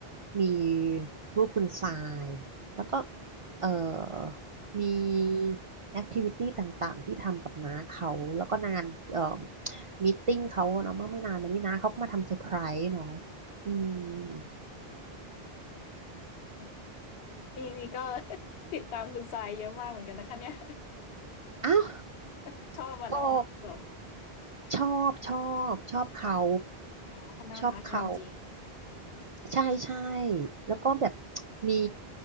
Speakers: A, on the right; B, on the left.
A: มีรูปคุณทรายแล้วก็เอ่อมีแอคทิวิตี้ต่างๆที่ทำกับน้าเขาแล้วก็งานเอ่อมีตติ้งเขาเนาะเมื่อไม่นานมานี้น้าเขาก็มาทำเซอร์ไพรส์เนาะอืม
B: อืมนี่นี่ก็ <laughs> ติดตามคุณทรายเยอะมากเหมือนกันนะคะเนี่ย
A: อ้าว
B: <laughs> ชอบอะเนาะแบบ
A: ก็ชอบชอบชอบเขา
B: อ๋อเขาน่ารักจริง
A: ชอบเขา ใช่ใช่แล้วก็แบบมี